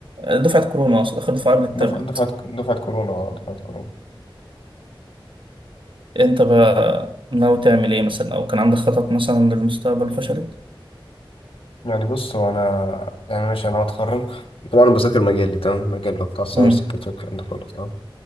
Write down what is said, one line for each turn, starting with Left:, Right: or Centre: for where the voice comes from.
Right: دفعة كورونا أقصد آخر دفعة قبل التابلت
Left: دفعه دفعه دفعه كورونا اه دفعه كورونا
Right: انت بقى ناوي تعمل ايه مثلا او كان عندك خطط مثلا للمستقبل فشلت
Left: يعني بص هو انا يعني ماشي انا هتخرج طبعا انا بذاكر مجالي تمام مجال اللي هو بتاع السايبر
Right: مم.
Left: سيكيورتي والكلام ده كله تمام